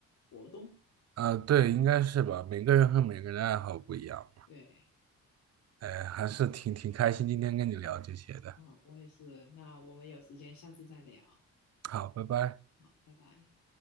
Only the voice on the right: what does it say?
啊，对，应该是吧。每个人和每个人的爱好不一样嘛。
哎，还是挺挺开心，今天跟你聊这些的。
好，拜拜。